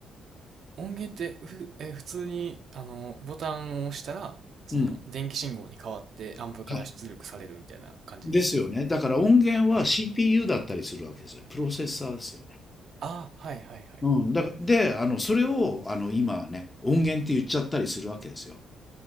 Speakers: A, on the right; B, on the left.
A: 音源ってふ、えー普通に、あの、ボタンを押したら、その、
B: うん。
A: 電気信号に変わってアンプから出力されるみたいな感じですよね。
B: はい。ですよね。だから音源は
A: はい。
B: CPU だったりするわけですよ。プロセッサーですよね。
A: ああ、はいはいはい。
B: うん。だからで、あの、それを、あの、今はね、音源って言っちゃったりするわけですよ。